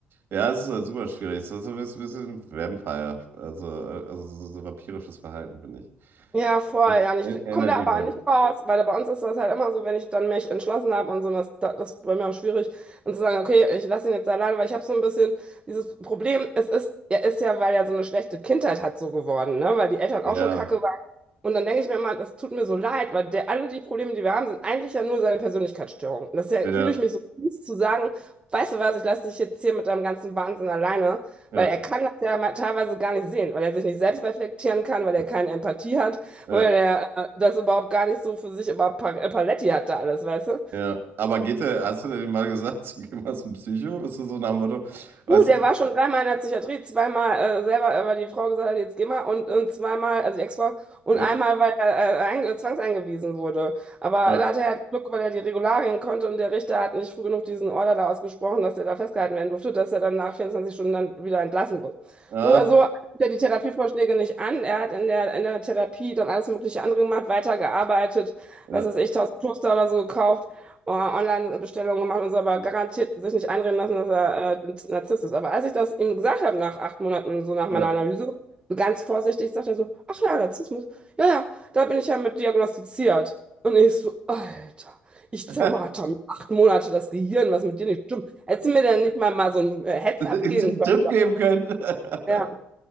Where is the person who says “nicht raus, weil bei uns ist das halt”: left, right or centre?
Right